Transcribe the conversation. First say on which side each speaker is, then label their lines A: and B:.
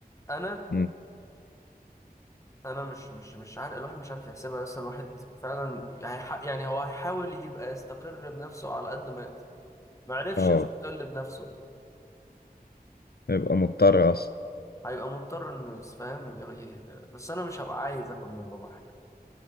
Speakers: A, on the left; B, on the left.
A: انا
B: مم.
A: انا مش مش مش عارف الواحد مش عارف يحسبها بس الواحد فعلا هيح- يعني هو هيحاول يبقى يستقر بنفسه على قد ما يقدر ما عرفش
B: اه
A: يستقل بنفسه
B: يبقى مضطر اصلا
A: هيبقى مضطر انه يسفهم بس انا مش هبقى عايز اخد من بابا حاجه